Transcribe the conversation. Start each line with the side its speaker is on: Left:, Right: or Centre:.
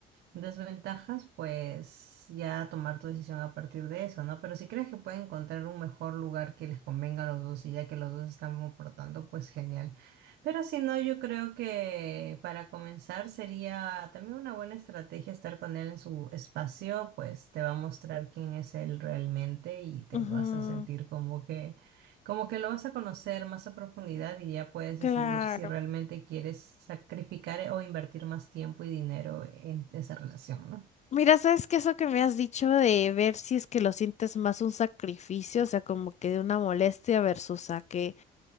Right: Desventajas, pues ya tomar tu decisión a partir de eso, ¿no? Pero si crees que pueden encontrar un mejor lugar que les convenga a los dos y ya que los dos están aportando, pues genial. Pero si no, yo creo que para comenzar sería también una buena estrategia estar con él en su espacio, pues te va a mostrar quién es él realmente y te
Left: ujú,
Right: vas a sentir como que como que lo vas a conocer más a profundidad y ya puedes decidir
Left: Claro.
Right: si realmente quieres sacrificar o invertir más tiempo y dinero en esa relación, ¿no?
Left: Mira, ¿sabes qué? Eso que me has dicho de ver si es que lo sientes más un sacrificio, o sea, como que de una molestia versus a que